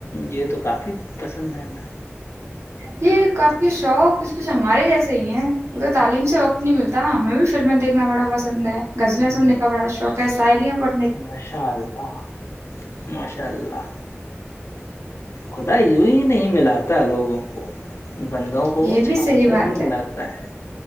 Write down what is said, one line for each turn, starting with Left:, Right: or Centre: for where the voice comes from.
Left: یہ تو کافی پسند ہے ہمیں
Right: یہ کاپ کے شوق کچھ کچھ ہمارے جیسے ہی ہیں وہ تو تعلیم سے وقت نہیں ملتا ہمیں بھی فلمیں دیکھنا بڑا پسند ہے
Left: ہمیں
Right: زلیں سننے کا بڑا شوق ہے ساعرییاں پر
Left: ماشاء اللہ ماشاء اللہ خدا یوں ہی نہیں ملاتا لوگوں کو بندوں کو
Right: یہ
Left: وہ
Right: بھی
Left: چھاپ
Right: صحیح
Left: کر
Right: بات
Left: ہی
Right: ہے
Left: ملاتا ہے